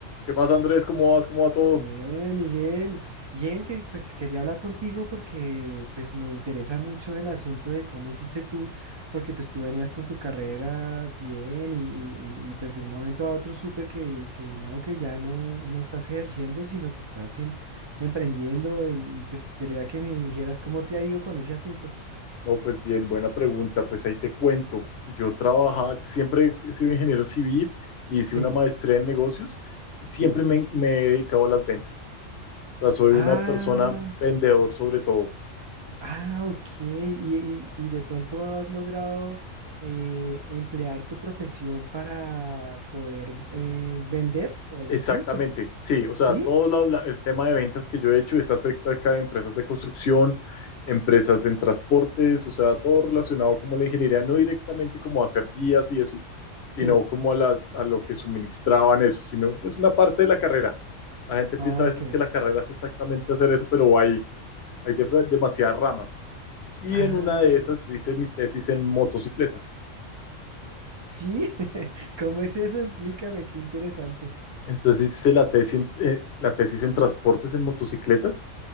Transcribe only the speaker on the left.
¿Qué más, Andrés? ¿Cómo vas? ¿Cómo va todo?
No, pues bien, buena pregunta. Pues ahí te cuento. Yo trabajaba, siempre he sido ingeniero civil, hice
una maestría en negocios y siempre
me, me he dedicado a las ventas. O sea, soy
una persona vendedor sobre todo.
Exactamente,
sí, o sea,
todo lo- la- el tema de ventas que yo he hecho es acerca de empresas de construcción, empresas en transportes, o sea, todo relacionado como la ingeniería, no directamente como a hacer vías y eso, sino
como a las, a lo que suministraban eso, sino es una parte de la carrera. La gente piensa
a veces que la carrera es exactamente hacer eso, pero hay, hay def- demasiadas ramas. Y
en una de esas yo hice mi tesis en motocicletas.
Entonces hice la tesis en, eh, la tesis en transportes en motocicletas